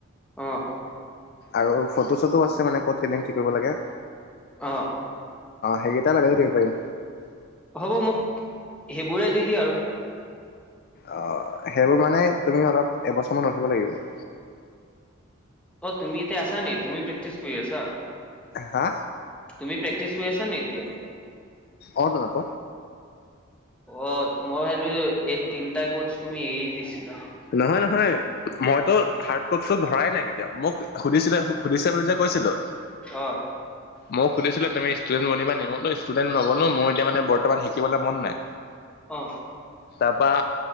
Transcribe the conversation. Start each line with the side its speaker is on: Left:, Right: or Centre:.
Centre: অঁ
Left: আৰু ফটো চটো আছে মানে ক'ত কেনে কি কৰিব লাগে অ
Centre: অ
Left: সেই গেইটা নাগ দে প্ৰাইম
Centre: হ'ব মোক সেইবোৰে দি দিয় আৰু
Left: অ সেইবোৰ মানে তুমি অলপ এবছৰমানান উঠিব লাগিব
Centre: অ তুমি ইতিয়া আা নাই তুমি প্ৰে্টিছ কৰ আছা
Left: হা
Centre: তুমি প্ৰেকটিছ কৰি আছা নে এতিয়া
Left: অ দাদা ক
Centre: অ মই ভাবিলো এই তিনিটা কোচ তুমি এৰি দিছিলা
Left: নহয় নহয় মইতো থাৰ্ড কক ধৰাই নাই কেতিয়া মোক সুধিছিলে সুিছ বুলি যে কৈছিলো
Centre: অ'।
Left: ময় সুধিছিলো তুমি ষ্টুডেন্ বনিবা নিম মইতো ষ্টুডেন্ট নহব নো মোৰ এতিয়া মানে বৰ্তমান শিকিবলৈ মন নাই
Centre: অ
Left: তাৰপৰা